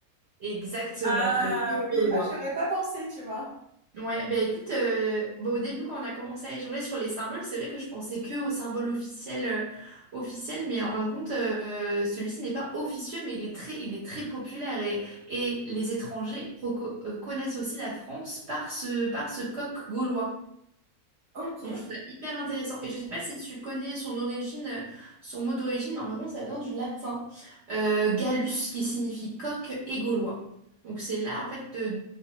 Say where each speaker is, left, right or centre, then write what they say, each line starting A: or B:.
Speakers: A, on the right; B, on the right.
A: Exactement,
B: Ah
A: le queue gaulois.
B: oui, Ah, j'aurais pas pensé, tu vois.
A: Ouais, bah écoute, euh, bah, au début quand on a commencé à échanger sur les symboles, c'est vrai que je pensais que aux symboles officiels, euh, officiels, mais en fin de compte, euh, celui-ci n'est pas officieux, mais il est très, il est très populaire et, et les étrangers reco- euh, connaissent aussi la France par ce, par ce coq gaulois.
B: ok.
A: Donc je trouve ça hyper intéressant. Et je sais pas si tu connais son origine, euh, son mot d'origine, mais en fin de compte, ça vient du latin euh, gallus, qui signifie coq et gaulois. Donc c'est là en fait de-